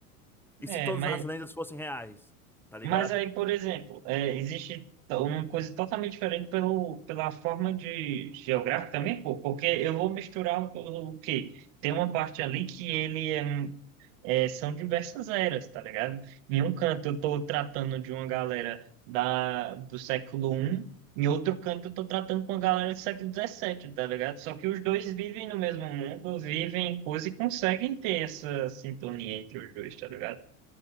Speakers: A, in the centre; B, on the right (about 65°).
A: E
B: É,
A: se todas
B: mas
A: as lendas fossem reais? Tá ligado?
B: Mas aí, por exemplo, é, existe to- uma coisa totalmente diferente pelo, pela forma de geográfica também, pô, porque eu vou misturar o, o quê? Tem uma parte ali que ele é, um- é, são diversas eras, tá ligado? Em um canto eu tô tratando de uma galera da, do século I, em outro canto eu tô tratando com uma galera do século dezessete tá ligado? Só que os dois vivem no mesmo mundo, vivem em coisa e conseguem ter essa sintonia entre os dois, tá ligado?